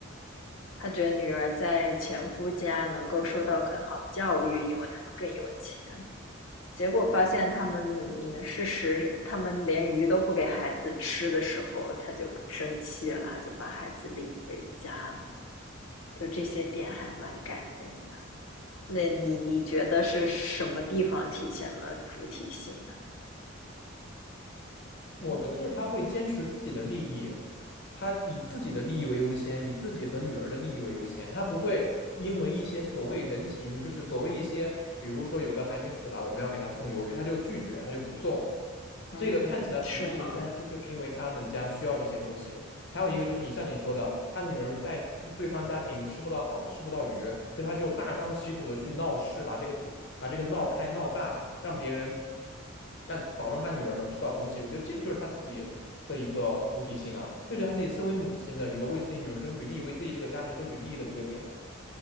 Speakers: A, on the left; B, on the left.
A: 他觉得女儿在前夫家能够受到更好的教育，因为他们更有钱。结果发现他们，嗯，事实他们连鱼都不给孩子吃的时候，他就生气了，他就把孩子领回家了。就这些点还蛮感人的。那你你觉得是什么地方体现了主体性呢？
B: 我觉得就是他会坚持自己的利益，他以自己的利益为优先，以自己和女儿的利益为优先，他不会因为一些所谓人情，就是所谓一些，比如说有个韩女死了，我们要给她送鱿鱼，他就拒绝，他就不送。
A: 嗯，
B: 这个看起来不近人情，
A: 是呢。
B: 但是就是因为他们家需要这些东西，还有一个就是你像你说的，他女儿在对方家庭吃不到好，吃不到鱼，所以他就大张旗鼓的去闹事，把这个把这个闹开闹大，让别人让保证他女儿能吃到东西。我觉得这个就是他自己的一个主体性啊，这就是他自己身为母亲的一个为自己女儿争取利益，为自己这个家庭争取利益的一个点啊。